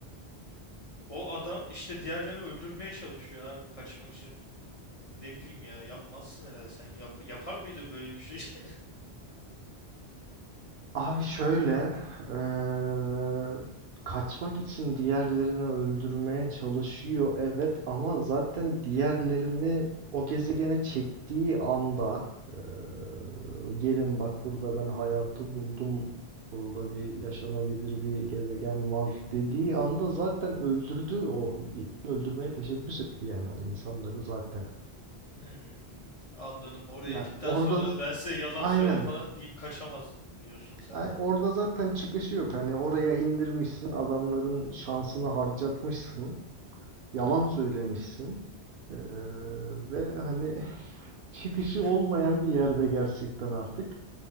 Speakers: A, on the left; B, on the right.
A: O adam işte diğerlerini öldürmeye çalışıyor abi kaçmak için. Ne bileyim ya yapmazsın herhalde sen. Yap, yapar mıydı böyle bir şey? <laughs>
B: Abi şöyle, eee, kaçmak için diğerlerini öldürmeye çalışıyor evet ama zaten diğerlerini o gezegene çektiği anda eee, gelin bak burada ben hayatı buldum, burada bir yaşanabilir bir gezegen var dediği anda zaten öldürdü o öldürmeye teşebbüs etti yani o insanları zaten.
A: Hmm, anladım. Oraya
B: Yani
A: indikten
B: orada
A: sonra ben size yalan
B: aynen
A: söyleme falan deyip kaçamaz diyorsun sen
B: Ay,
A: de.
B: orada zaten çıkışı yok. Hani oraya indirmişsin, adamların şansını harcatmışsın, yalan söylemişsin. Ee, ve hani <laughs> çıkışı
A: <laughs>
B: olmayan bir yerde gerçekten artık.